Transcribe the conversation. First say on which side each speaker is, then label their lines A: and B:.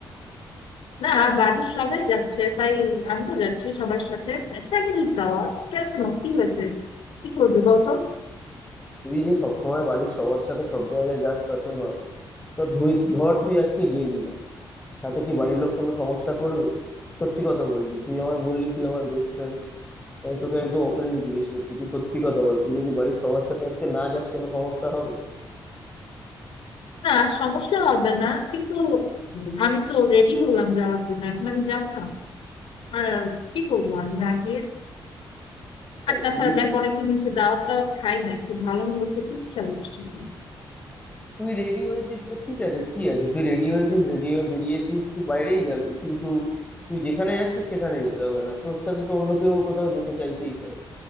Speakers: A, on the left; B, on the left.
A: না বাড়ির সবাই যাচ্ছে তাই আমিও যাচ্ছি সবার সাথে ফ্যামিলি খাওয়া কেন কি হয়েছে কি করবি বলতো
B: তুই যে সবসময় বাড়ির সবার সাথে সব জায়গায় যাস তা তো নয় তো ধুই ধর তুই আজকে গেলি না তাতে কি বাড়ির লোক কোনো সমস্যা করবে সত্যি কথা বলবি তুই আমায় বললি তুই আমার বেস্ট ফ্রেন্ড আমি তোকে একদম ওপেনলি জিজ্ঞেস করছি তুই সত্যি কথা বল তুই যদি বাড়ির সবার সাথে আজকে না যাস কোনো সমস্যা হবে
A: না সমস্যা হবে না কিন্তু আমি তো রেডি হলাম যাওয়ার জন্য এখন আমি যাবো না আর কি করবো আমি না গিয়ে
B: দেখ,
A: আর তাছাড়া
B: তুই
A: দেখ অনেকদিন হচ্ছে দাওয়াত টাওয়াত খাই না খুব ভালো মন্দ খেতে ইচ্ছা করছিল
B: তুই রেডি হয়েছিস তো ঠিক আছে কি আছে তুই রেডি হয়েছিস রেডি হয়ে বেরিয়েছিস তুই বাইরেই যাবি কিন্তু তুই যেখানে যাচ্ছিস সেখানে যেতে হবে না তোর সাথে তো অন্য কেউ কোথাও যেতে চাইতেই পারে